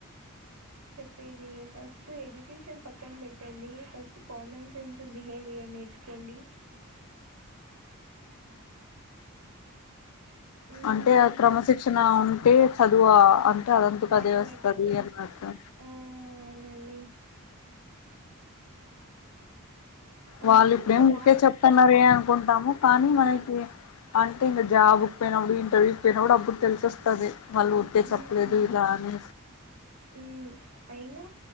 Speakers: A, on the right; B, on the left.
A: పేది ఫస్ట్ ఎడిట్ కిషన్ పక్కన పెట్టండి, ఫస్ట్ కామన్ సెన్స్ బిహేవియర్ నేర్ చుకోండి హ్మ్
B: అంటే క్రమశిక్షణ ఉ టే చదువా అం రాదనుకుంట అదే
A: ఆటోమేటిక్గా
B: వస్తది అన్నట్టు
A: ఆ అవునండి
B: వాళ్ళు
A: అంతే
B: ఇప్పుడేమి
A: ఇంగ
B: ఊరికే
A: వాళ్ళు
B: చెప్తాన్నారే అనుకుంటాము, కానీ మనకి అంటే ఇంగ జాబ్కి పోయినప్పుడు ఇంటర్వ్యూ పోయిన కూడ అప్పుడు తెలిసి వస్తది. వాళ్ళు ఊరికే
A: హ్మ్
B: చెప్పలేదు ఇలా అని
A: హ్మ్ అయినా